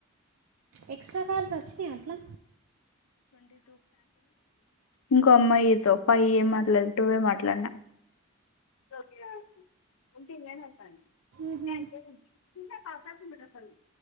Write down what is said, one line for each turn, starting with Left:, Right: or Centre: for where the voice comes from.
Right: ఎక్స్ ట్రాకాల్స్చ్చ అలా
Left: ఇంకో అమ్మాయితో ఫైవ్ ఏమి మాట్లాడినా టూఏ మాట్లాడినా తొట్టిగ్యాంగ్ ఉంటే నేను ఎల్తా అండి
Right: మ్హూ.
Left: <unintelligible> తిన్నాక చార్జింగ్ పెట్టేస్తాడు